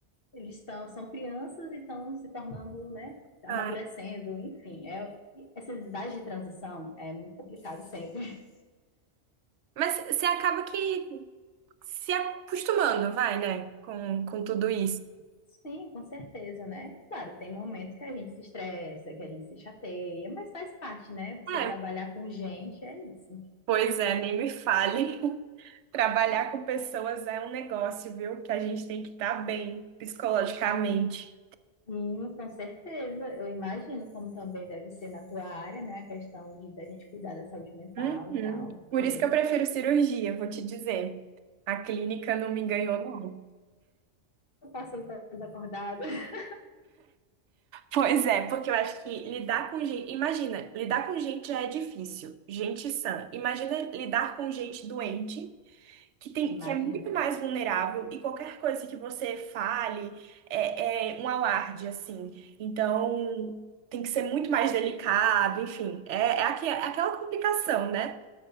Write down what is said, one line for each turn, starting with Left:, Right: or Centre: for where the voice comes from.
Left: eles estão, são crianças e estão se tornando, né? Amadurecendo,
Right: Ai.
Left: enfim. É, essas idades de transição é muito complicado sempre. <laughs>
Right: Mas você acaba que se acostumando, vai, né? Com, com tudo isso.
Left: Sim, com certeza, né? Claro, tem momentos que a gente se estressa, que a gente se chateia, mas faz parte, né? Você
Right: É.
Left: trabalhar com gente é isso.
Right: Pois é, nem me fale. <laughs> Trabalhar com pessoas é um negócio, viu? Que a gente tem que estar bem psicologicamente.
Left: Sim, com certeza. Eu imagino como também deve ser na tua área, né? A questão de da gente cuidar da saúde mental
Right: Uhum.
Left: e tal, porque
Right: Por isso que eu prefiro cirurgia, vou te dizer. A clínica não me enganou, não.
Left: eu passei toda acordada. <laughs>
Right: Pois é, porque eu acho que lidar com gente. Imagina, lidar com gente já é difícil. Gente sã. Imagina lidar com gente doente, que tem,
Left: Imagino.
Right: que é muito mais vulnerável e qualquer coisa que você fale é, é um alarde, assim. Então, tem que ser muito mais delicado, enfim. É, é, aque- é aquela complicação, né?